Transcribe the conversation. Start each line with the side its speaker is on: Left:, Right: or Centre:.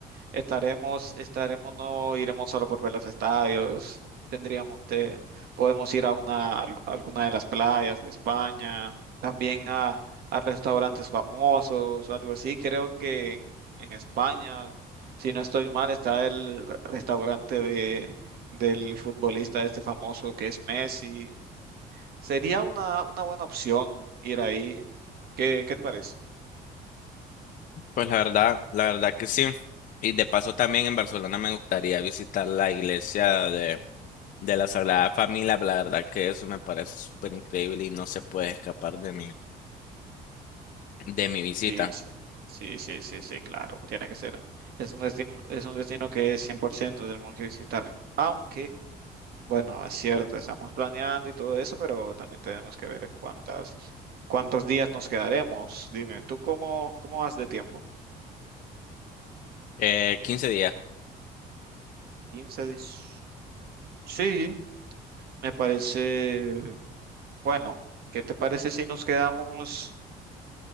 Right: Estaremos, estaremos, no iremos solo por ver los estadios, tendríamos de, podemos ir a una, al- alguna de las playas de España, también a, a restaurantes famosos o algo así. Creo que en, en España, si no estoy mal, está el re- restaurante de, del futbolista este famoso que es Messi. Sería una, una buena opción ir ahí. ¿Qué, qué te parece?
Left: Pues la verdad, la verdad que sí. Y de paso también en Barcelona me gustaría visitar la iglesia de, de la Sagrada Familia. La verdad que eso me parece súper increíble y no se puede escapar de mi, de mi visita.
Right: Sí, sí, sí, sí, sí, sí, claro, tiene que ser. Es un destino, es un destino que 100% tenemos que visitar. Aunque, bueno, es cierto, estamos planeando y todo eso, pero también tenemos que ver cuántas, cuántos días nos quedaremos. Dime, ¿tú cómo, cómo vas de tiempo?
Left: Eh, 15 días.
Right: 15 días. Sí, me parece, bueno, ¿qué te parece si nos quedamos,